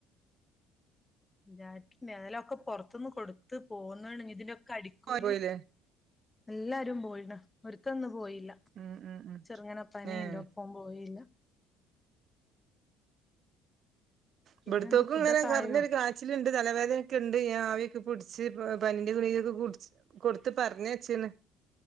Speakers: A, on the left (about 15°); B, on the right (about 55°).
A: <unintelligible> ഒക്കെ പൊറത്തുന്ന് കൊടുത്ത് പോന്ന്ണ് ഇഞ്ഞി ഇതിന്റെക്കെ അടിക്കൂലി.
B: പോയില്ലേ
A: എല്ലാരും പോയിണ് ഒര്ത്തന് പോയില്ല
B: ഉം ഉം ഉം
A: ചെറുങ്ങനെ പനിയുണ്ടോപ്പം
B: ഏഹ്
A: പോയില്ല. പിന്നെന്താ
B: ഇവിടുത്തോക്കും
A: ഫുഡൊക്കെ
B: ഇങ്ങനെ കൊറഞ്ഞൊരു
A: ആയോ
B: കാ. ച്ചിലുണ്ട് തലവേദനൊക്കെ ഉണ്ട് ആവിഒക്കെപിടിച്ച് പനിന്റെ ഗുളി കൊക്കെ കുടിച്ച്. കൊടുത്ത് പറഞ്ഞേച്ചീന്.